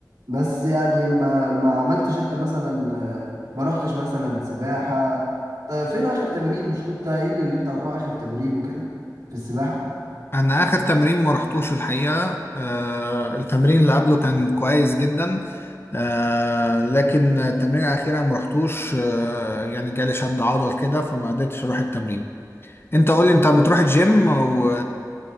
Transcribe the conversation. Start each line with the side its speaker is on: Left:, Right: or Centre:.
Right: بس يعني ما ما عملتش انت مثلا آه، ما رحتش مثلا سباحة طب فين اخر تمرين مش كنت قايل لي اللي انت هتروح اخر تمرين وكده في السباحة
Left: انا اخر تمرين ما رحتوش الحقيقه آه التمرين اللي قبله كان كويس جدا آه لكن التمرين الاخيره ما رحتوش آه يعني جالي شد عضل كده فما قدرتش اروح التمرين انت قولي انت بتروح الجيم و...